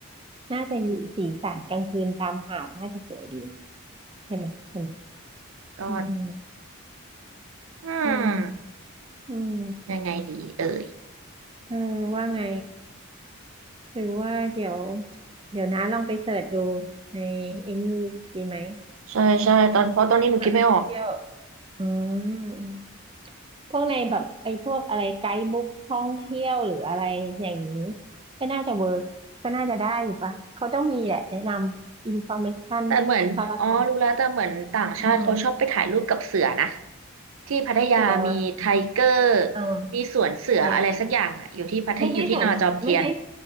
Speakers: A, on the right; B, on the right.
A: น่าจะอยู่สีสันกลางคืนตามหาดน่าจะสวยดีนะใช่ไหมใช่ไหม
B: ก็
A: อืม
B: อืม
A: อืมอืม
B: ยังไงดีเอ่ย
A: เออว่าไง ถือว่าเดี๋ยวเดี๋ยวนะลองไปเสิร์ชดูในไอ้นี่ดีไหม
B: ใช่ใช่ตอนเพราะตอนนี้หนูคิดไม่ออก
A: แบบแบบท่องเที่ยวอืมอืมพวกในแบบไอ้พวกอะไรไกด์บุ๊กท่องเที่ยวหรืออะไรอย่างนี้ก็น่าจะเวิร์กก็น่าจะได้อยู่ปะเขาต้องมีแหละแนะนำอินฟอร์เมชันทรท
B: แต่เหมือนอ๋อรู้แล้วแต่เหมือนต่างชาติเขาชอบไปถ่ายรูปกับเสือนะ
A: อืม
B: ที่พัทยามีไทเกอร์
A: เสือเออ
B: มีสวนเสืออะไรสักอย่างอ่ะอยู่ที่พัทอยู่ที่นอจอมเทียน
A: ใช่ไม่ใช่สวนไม่ใช่